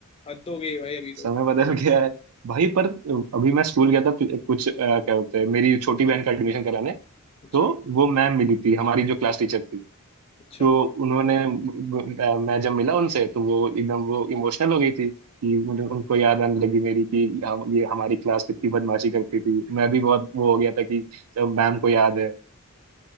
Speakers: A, on the left; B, on the right.
A: हद हो गई भाई अभी तो
B: समय बदल गया है भाई पर अभी मैं स्कूल गया था कुछ अ, क्या बोलते हैं मेरी छोटी बहन का एडमिशन कराने
A: अच्छा
B: तो वो मैम मिली थी हमारी जो क्लास टीचर थी
A: अच्छा
B: तो उन्होंने म- मैं जब मिला उनसे तो वो एकदम वो इमोशनल हो गई थी कि मुझे उनको याद आने लगी मेरी कि हम ये हमारी क्लास कितनी बदमाशी करती थी मैं भी बहुत वो हो गया था कि जब मैम को याद है